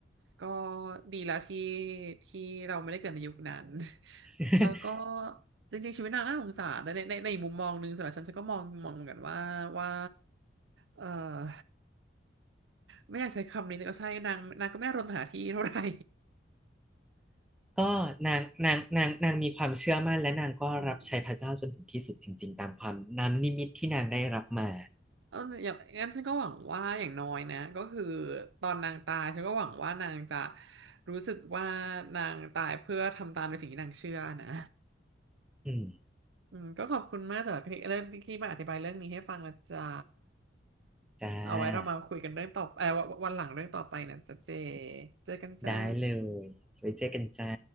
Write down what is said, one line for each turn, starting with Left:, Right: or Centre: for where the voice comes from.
Right: ก็ดีแล้วที่ที่เราไม่ได้เกิดในยุคนั้น <laughs>
Centre: <laughs>
Right: แล้วก็จริงๆชีวิตนางน่าสงสารแต่ในในในอีกมุมมองหนึ่งสำหรับฉันฉันก็มองมองเหมือนกันว่าว่าเออไม่อยากใช้คำนี้แต่ก็ใช่นางนางก็ไม่รนหาที่เท่าไหร่
Centre: ก็นางนางนางนางมีความเชื่อมั่นและนางก็รับใช้พระเจ้าจนถึงที่สุดจริงๆตามความน้ำนิมิตที่นางได้รับมา
Right: อืมเอออย่างงั้นฉันก็หวังว่าอย่างน้อยนะก็คือตอนนางตายฉันก็หวังว่านางจะรู้สึกว่านางตายเพื่อทำตามในสิ่งที่นางเชื่อนะ
Centre: อืม
Right: อืมก็ขอบคุณมากสำหรับที่เริ่มที่มาอธิบายเรื่องนี้ให้ฟังนะจ๊ะ
Centre: จ้า
Right: เอาไว้เรามาคุยกันเรื่องต่อเออวันหลังเรื่องต่อไปนะจ๊ะเจเจอกันจ้า
Centre: ได้เลยไว้เจอกันจ้า